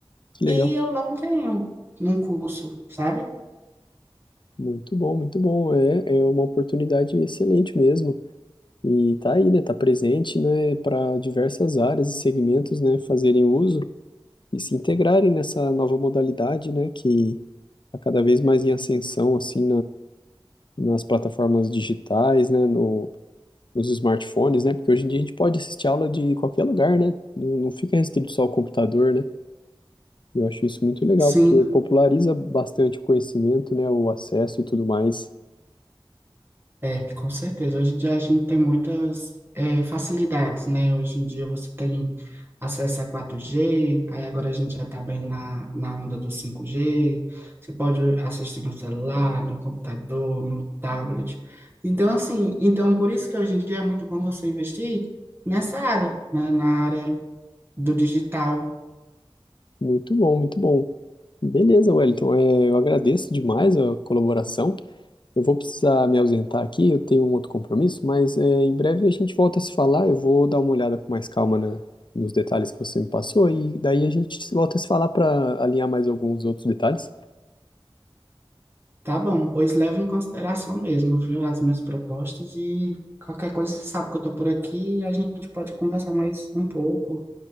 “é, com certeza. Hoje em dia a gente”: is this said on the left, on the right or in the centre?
Right